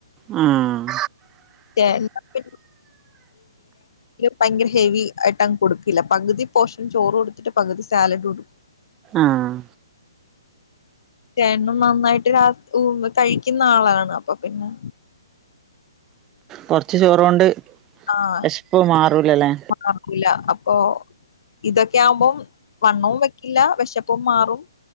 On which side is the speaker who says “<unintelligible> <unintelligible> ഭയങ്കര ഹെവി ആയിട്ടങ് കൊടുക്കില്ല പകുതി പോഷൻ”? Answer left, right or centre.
Left